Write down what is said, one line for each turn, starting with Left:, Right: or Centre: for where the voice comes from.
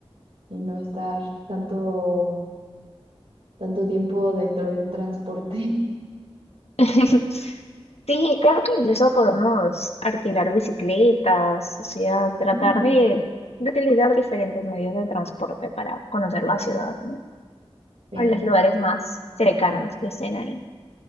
Right: y no estar tanto, tanto tiempo dentro de un transporte. <laughs>
Left: <laughs> Sí, creo que incluso podemos alquilar bicicletas, o sea, tratar
Right: Mm,
Left: de, de utilizar diferentes medios de transporte para conocer la ciudad, ¿no?
Right: Sí,
Left: a los lugares más cercanos que estén ahí.